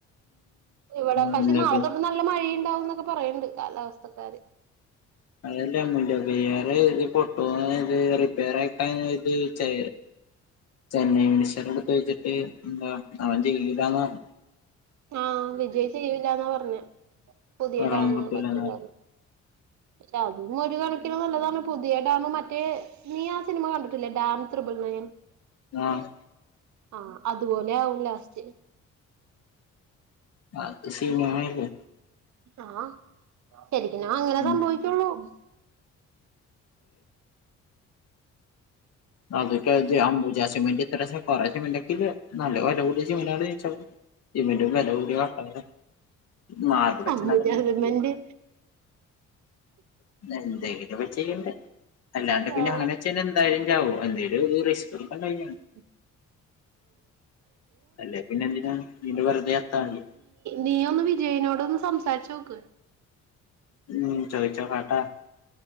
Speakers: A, on the right; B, on the left.
A: ഇവടെ പക്ഷെ
B: മുല്ലപ്പെ
A: നാളെത്തൊട്ട് നല്ല മഴയിണ്ടാവുംന്നൊക്കെ പറയിണ്ട് കാലാവസ്ഥക്കാര്
B: അതല്ല അമ്മൂല്ല വറെ ഇത് പട്ടു ഇത് റിപ്പയറായി കഴിഞ്ഞ ഇത്‌ ചേ ചെന്നൈ മനുഷ്യർ അടുത്തഴച്ചിട്ട് എന്താ അവൻ ജയിലിലന്ന പറഞ്ഞു
A: ആഹ് വിജയ് ചെയ്യൂല്ലാന്നാ പർഞ്ഞേ പുതിയ
B: വെള്ളം
A: ഡാമ്
B: കിട്ടൂലാന്ന്
A: പറ്റൂലാന്ന് അതും ഒരു കണക്കിന് നല്ലതാണ് പുതിയ ഡാമ് മറ്റേ നീയാ സിനിമ കണ്ടിട്ടില്ലേ ഡാം ത്രിബ്ൾ നയൻ
B: ആഹ്
A: ആഹ് അതുപോലെയാവും ലാസ്റ്റ്
B: ആത് സിനിമയല്ലേ
A: ആ ശരിക്കിനു അങ്ങനെ
B: എന്നിട്ട്
A: സംഭവിക്കൊള്ളൂ <inaudible>
B: അത്ക്കെ ആംബുജ സിമന്റ് ഇത്രേ സെക്കുറെ സിമന്റകെ നല്ല വില കൂടിയ സിമെന്റ് ജന സിമെന്റ് വില കൂടി കാട്ട <unintelligible>
A: അമ്പുജാ സിമന്റ്
B: <unintelligible> ചെയ്യണ്ട. അല്ലാണ്ട് പിന്നെ
A: ആഹ്
B: അങ്ങനെ വെച്ചയ്ഞ്ഞ എന്തായാലും ചാവും. എന്തേലും റിസ്ക് ഇടുക്കാൻ കയ്ഞ്ഞ
A: <unintelligible>
B: അല്ലേ പിന്നെ എന്തിനാ ഇതിന്റെ വെറുതെ ചത്താ മതി
A: നീയ ഒന്ന് വിജയിനോട് ഒന്ന് സംസാരിച്ചു നോക്ക്
B: ഉം ചോതിച്ചു നോക്കട്ടോ